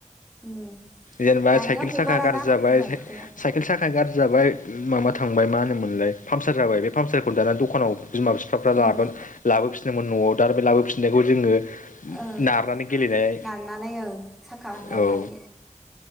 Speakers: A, in the centre; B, on the left.
A: उम
B: जेनेबा
A: दानिया
B: साइकेल
A: हगाराना
B: साखा गाज्रि जाबाय
A: बिमा
B: साइ
A: बिफाया
B: साइकेल साखाया गाज्रि जाबाय माबा थांबाय मा होनोमोनलाय पामचार जाबाय, बे पामसारखौ दाना दखानाव बिमा बिफाफ्रा
A: उम
B: लाबोन लाबोफिनदोंमोन न'आव। दा बे लाबोफिननायखौ जोंङो
A: ओं
B: नारनानै गेलेनाय
A: नारनानै ओं साखा नारनानै
B: औ